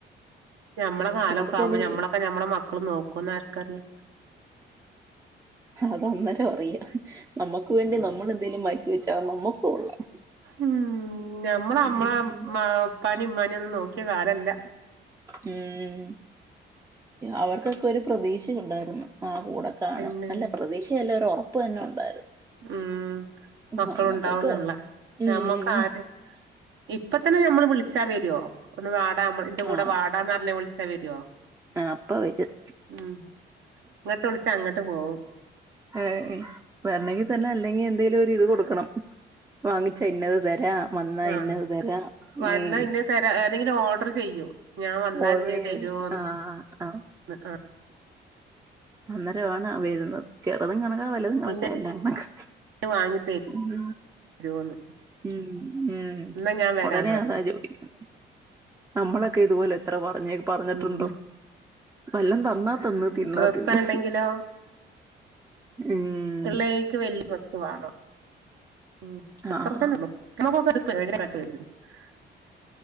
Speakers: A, on the right; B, on the right.
A: ഞമ്മളെ കാലൊക്കെ
B: കൂടുതല്
A: ആകുമ്പോ ഞമ്മളൊക്കെ ഞാ ഞമ്മളെ മക്കള് നോക്കോന്ന് ആർക്കറിയാ
B: അത് അന്നേരം അറിയാം നമ്മുക്ക് വേണ്ടി നമ്മളെന്തേലും മാറ്റിവെച്ചാൽ നമ്മുക്കു കൊള്ളാം
A: ഉം ഞമ്മള് നമ്മളെ
B: ഉം
A: മ ഉപ്പാനിം ഉമ്മാനിം ഒന്നും നോക്കിയ കാലല്ല
B: ഉം അവർക്കൊക്കെ ഒരു പ്രതീക്ഷ ഉണ്ടായിരുന്നു ആ കൂടെക്ക കാണും
A: പിന്നെ
B: അല്ല പ്രതീക്ഷയല്ല ഒരു ഉറപ്പ് തന്നെ ഉണ്ടായിരുന്നു
A: ഉം മക്കളുണ്ടാവുന്നുംള്ള
B: നമ്മക്കൊക്കെ ഉം
A: ഞമ്മക്ക്‌ ആര് ഇപ്പ തന്നെ ഞമ്മള് വിളിച്ചാ വരോ ഒന്ന് വാട നമ്മ ഇന്റെ കൂടെ
B: ആ
A: വാടാന്ന് പറഞ്ഞ വി ചാ വരോ
B: അപ്പൊ വരും
A: ഉം ഇങ്ങട്ട് വിളിച്ചാ അങ്ങട്ട് പോവും
B: ഏയ് വരണെങ്കിൽ തന്നെ അല്ലെങ്കിൽ എന്തേലും ഒരു ഇത് കൊടുക്കണം വാങ്ങിച്ചാ ഇന്നത് തരാം വന്നാ
A: ആഹ്
B: ഇന്നത് തരാം
A: വന്നാ
B: ഉം
A: ഇന്നെ തരാ ഏതെങ്കിലും ഓർഡർ ചെയ്യും ഞാൻ വന്നൽ
B: ഓർഡർ
A: ഇന്നത്
B: ചെയ്ത്
A: തരോന്ന്
B: ആ ആ
A: ആഹ്
B: അന്നേരമാണ് വരുന്നത് ചെറുതും കണക്കാ വലുതും കണക്കാ
A: ഇന്നെ
B: എല്ലാം കണക്കാ
A: വാങ്ങി
B: ഉം
A: തരോന്ന്
B: ഉം ഉം
A: എന്നാ ഞാൻ വരാന്ന്
B: ഒടനെ
A: പറയും
B: അതാ ചോദിക്കുന്നെ നമ്മളൊക്കെ ഇതുപോലെ എത്ര പറഞ്ഞേ പറഞ്ഞിട്ടുണ്ടോ
A: ഉം
B: വല്ലം തന്നാ തിന്ന് തിന്നാ
A: ഡ്രസ്സ്
B: തിന്ന്
A: ഉണ്ടെങ്കിലോ
B: ഉം
A: ഇള്ളേക്ക് വെല്യ ഡ്രസ്സ്‌ വേണം ഉം അത്രതന്നെ
B: ആഹ്
A: ഒള്ളൂ <unintelligible>